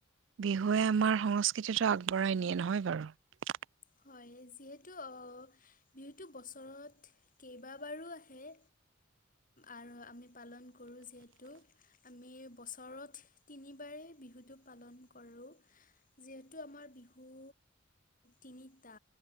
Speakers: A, on the right (about 70°); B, on the left (about 45°).
A: বিহুৱে আমাৰ সংস্কৃতিটো আগবঢ়াই নিয়ে নহয় বাৰু
B: হয়, যিহেতু বিহুটো বছৰত কেইবাবাৰো আহে আৰু আমি পালন কৰোঁ। যিহেতু আমি বছৰত তিনিবাৰেই বিহুটো পালন কৰোঁ। যিহেতু আমাৰ বিহু তিনিটা